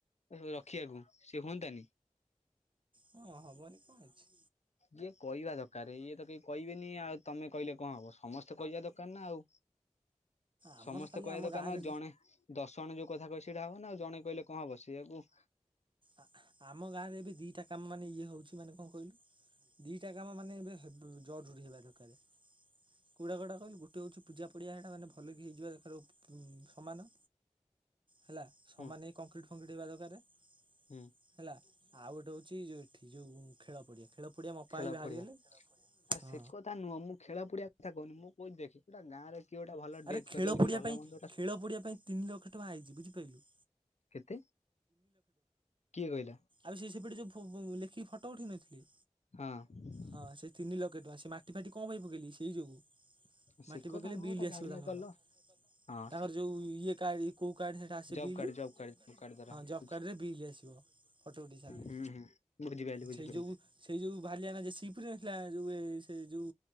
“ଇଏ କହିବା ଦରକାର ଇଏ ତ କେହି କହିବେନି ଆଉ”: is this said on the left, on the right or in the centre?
Left